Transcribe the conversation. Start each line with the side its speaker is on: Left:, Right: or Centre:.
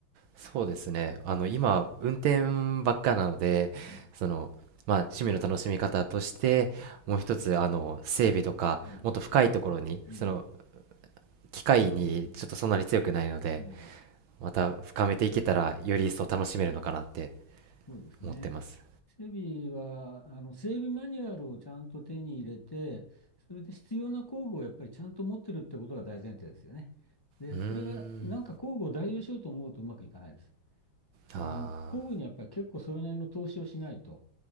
Right: そうですね。あの、今、運転ばっかなので、
Left: うん、
Right: その、まあ、趣味の楽しみ方として、もう一つ、あの、整備とか、
Left: うん、
Right: もっと深いところに、
Left: うん、
Right: その、機械にちょっとそんなに強くないので、
Left: うん、うん
Right: また深めていけたらより一層楽しめるのかなって
Left: そうですね。
Right: 思ってます
Left: 整備は、あの、整備マニュアルをちゃんと手に入れて、それで必要な工具をやっぱりちゃんと持ってるってことが大前提ですよね。で、
Right: うーん
Left: それが、なんか工具を代用しようと思うとうまくいかないです。
Right: あ
Left: あの、工具にはやっぱり結構それなりの投資をしないと。